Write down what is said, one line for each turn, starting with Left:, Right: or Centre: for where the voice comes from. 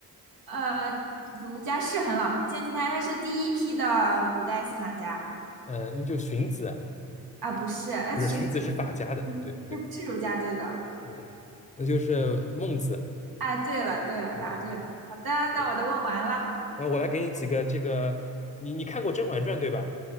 Right: 呃，儒家是很老，前几天他是第一批的古代思想家
Left: 呃，那就荀子，
Right: 啊，不是，呃，
Left: 不是荀子是法家的，
Right: 荀子
Left: 不对不对。
Right: 那不是儒家对的。
Left: 嗯，那就是孟子。
Right: 哎，对了对了，
Left: 嗯嗯，
Right: 答对了。好的，那我都问完了。
Left: 对。那我来给你几个这个，你你看过《甄嬛传》对吧？